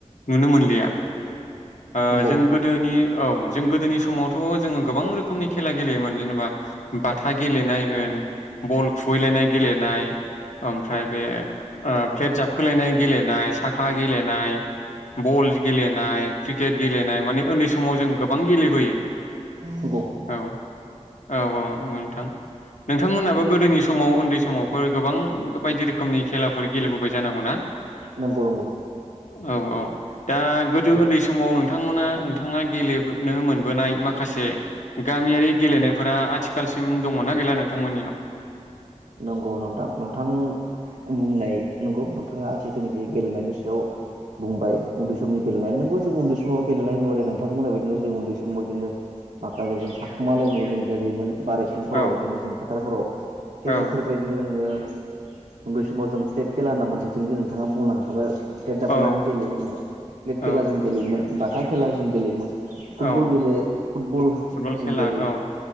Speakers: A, on the left; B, on the right.
A: नुनो मोनलिया ओ
B: नंगौ
A: जों गोदोनि औ जों गोदोनि समावथ' जोङो गोबां रोखोमनि खेला गेलेयोमोन जेन'बा बाथा गेलेनाय होन बल खुबैलायनाय गेलेनाय ओमफ्राय बे ओ फ्लेट जाबखोलायनाय गेलेनाय साखा गेलेनाय बल गेलेनाय क्रिकेट गेलेनाय माने उन्दै समाव जों गोबां गेलेबोयो
B: नंगौ
A: औ औ औ नोंगौ नोंथां नोंथांमोनाबो गोदोनि समाव उन्दै समावफोर गोबां बायदि रोखोमनि खेलाफोर गेलेबोबाय जानांगौ ना?
B: नंगौ नंगौ
A: औ औ दा गोदो ओन्दै समाव नोंथांमोना नोंथाङा गेलेबोनो मोनबोनाय माखासे गामियारि गेलेनायफोरा आथिखालसिम दङना गैला नों थांमोननियाव?
B: नंगौ नोंथां नोंथां बुंनाय नंगौ नोंथाङा जिथुनिखि गेलेनायनि सायाव बुंबाय उन्दै समनि गेलेनाय नंगौ जों उन्दै समाव गेलेनाय नुहुरे नोंथां बुंनाय बायदिनो जों उन्दै समाव बिदिनो माखासे जों थाखुमालायनाय जों गेलेयोमोन बारिसिंफोराव
A: औ
B: इदिनो जों फोथारफोराव थिग
A: औ
B: बेफोरबायदिनो जोङो उन्दै समाव जों प्लेट खेला होनना मोनसे जों नोंथाङा बुंलांखाबाय फ्लेट जाबखोनानै
A: औ
B: गेलेयो होननाय फ्लेट
A: औ
B: खेला जों गेलेयोमोन। बाथा खेला जों गेलेयोमोन फुटबल
A: औ
B: गेले फुटबल
A: फुटबल
B: जों
A: खेला
B: गेले
A: औ